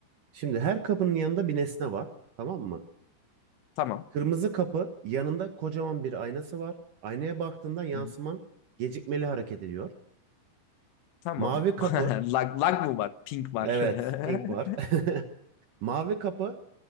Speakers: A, on the right (about 60°); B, on the left (about 85°).
A: Şimdi her kapının yanında bir nesne var, tamam mı?
B: tamam.
A: Kırmızı kapı yanında kocaman bir aynası var. Aynaya baktığında yansıman
B: Hı,
A: gecikmeli hareket ediyor.
B: Tamam.
A: Mavi kapı,
B: <laughs> Lag, lag mı var? Pink var.
A: evet, pink var.
B: <laughs>
A: Mavi kapı,